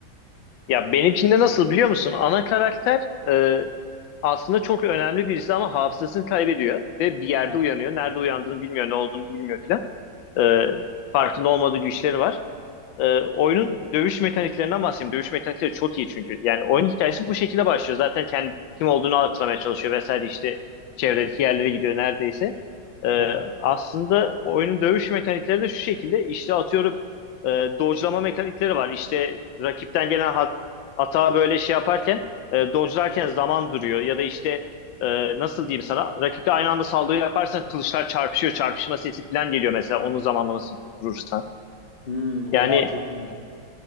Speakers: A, on the left (about 75°); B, on the left (about 55°).
A: Ya benim için de nasıl biliyor musun? Ana karakter e, aslında çok önemli birisi ama hafızasını kaybediyor ve bir yerde
B: Aha,
A: uyanıyor. Nerede uyandığını bilmiyor, ne olduğunu bilmiyor filan. E, farkında olmadığı güçleri var. Ee, oyunun dövüş mekaniklerinden bahsedeyim. Dövüş mekanikleri çok iyi çünkü. Yani oyun hikayesi bu şekilde başlıyor. Zaten kendi kim olduğunu hatırlamaya çalışıyor vesaire işte çevredeki yerlere gidiyor neredeyse. Ee,
B: aha.
A: aslında oyunun dövüş mekanikleri de şu şekilde işte atıyorum e, dodge'lama mekanikleri var. İşte rakipten gelen hat hata böyle şey yaparken e, dodge'larken zaman duruyor ya da işte e, nasıl diyeyim sana rakiple aynı anda saldırı yaparsan kılıçlar çarpışıyor. Çarpışma sesi falan geliyor mesela onun zamanlamasını tutturursan.
B: Hmm, oha
A: Yani
B: çok iyiymiş.